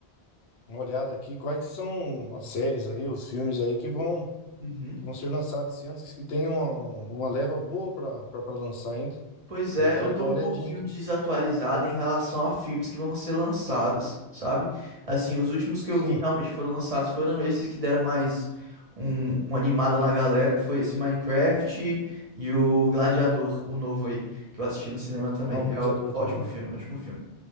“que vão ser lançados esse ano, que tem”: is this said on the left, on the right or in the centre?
Left